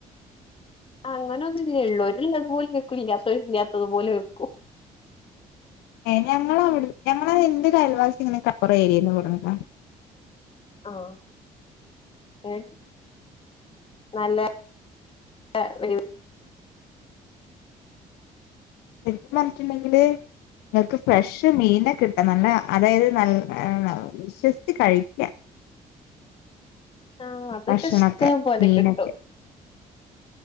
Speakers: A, on the left (about 35°); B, on the left (about 85°).
A: അങ്ങനൊന്നുല്ല ഇള്ളോര് ഇല്ലത് പോലെ നിക്കും ഇല്ലാത്തോര് ഇല്ലാത്തത് പോലെ വെക്കും.
B: എ ഞങ്ങളവ്ട് ഞങ്ങളെ ഇൻ്റെരയൽവാസിങ്ങനെ ക കൊറേയി. <unintelligible>
A: ആഹ് ഏണ്ട്. നല്ല <unintelligible>
B: ശര്ക്കും പർഞ്ഞ്ട്ട് ണ്ടങ്കില്. ങ്ങക്ക് ഫ്രഷ് മീൻനെ കിട്ടും നല്ല അതായത് നൽ ആ. <unintelligible> വിശ്വസ്ച്ച് കഴിക്ക്യ.
A: ആഹ് അതൊക്കെ
B: ഭക്ഷണൊക്കെ
A: ഇഷ്ടം പോലെ
B: മീനൊക്കെ
A: കിട്ടും.